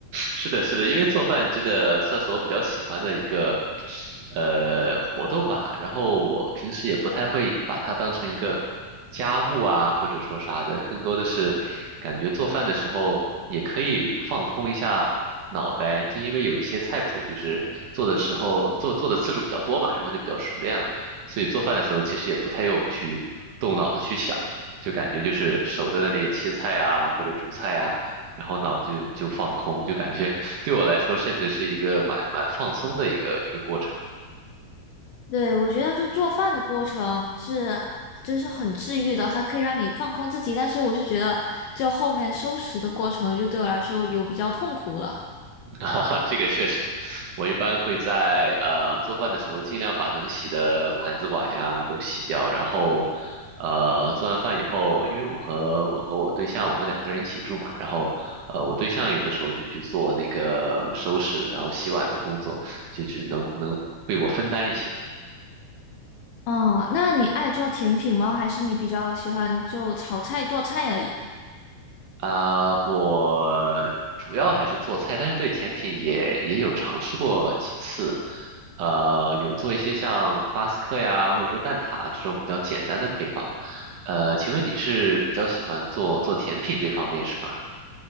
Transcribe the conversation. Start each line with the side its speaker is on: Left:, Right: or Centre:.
Right: 是的，是的，因为做饭真的算是我比较喜欢的一个呃活动吧。然后我平时也不太会把它当成一个家务啊，或者说啥的，更多的是感觉做饭的时候也可以放空一下脑袋，就因为有一些菜谱就是做的时候做做的次数比较多嘛，然后就比较熟练了，所以做饭的时候其实也不太用去动脑子去想，就感觉就是手在那里切菜啊，或者煮菜啊。然后脑子就就放空，就感觉 <laughs> 对我来说，甚至是一个蛮蛮放松的一个一个过程。
Left: 对，我觉得就做饭的过程是就是很治愈的，还可以让你放空自己。但是我是觉得，就后面收拾的过程，就对我来说有比较痛苦了。
Right: <laughs> 哈哈，这个确实，我一般会在呃做饭的时候，尽量把能洗的盘子碗呀都洗掉，然后呃做完饭以后，因为我和我和我对象我们两个人一起住嘛，然后呃我对象有的时候就去做那个收拾然后洗碗的工作，就只能能。被我分担一些。
Left: 哦，那你爱做甜品吗？还是你比较喜欢就炒菜做菜而已？
Right: 啊、我主要还是做菜，但是对甜品也也有尝试过几次，呃，有做一些像巴斯克呀，或者说蛋挞这种比较简单的配方。呃，请问你是比较喜欢做做甜品这方面是吗？